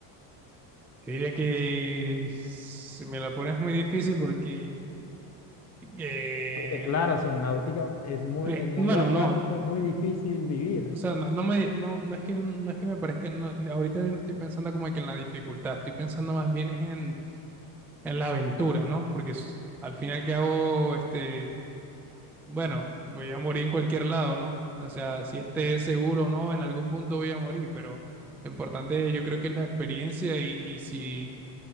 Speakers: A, in the centre; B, on the left (about 35°).
A: Yo diría que si me la pones muy difícil porque, eh,
B: Porque claro, Subnáutica es muy,
A: eh,
B: el mundo
A: bueno,
B: acuático
A: no,
B: es muy difícil vivir.
A: o sea, no, no me, no, no es que, no es que me parezca, no, no, ahorita yo no estoy pensando como que en la dificultad, estoy pensando más bien es en, en la aventura, ¿no? Porque es- al final que hago, este bueno, voy a morir en cualquier lado, ¿no? O sea, si esté seguro o no, en algún punto voy a morir, pero lo importante yo creo que es la experiencia y, y si,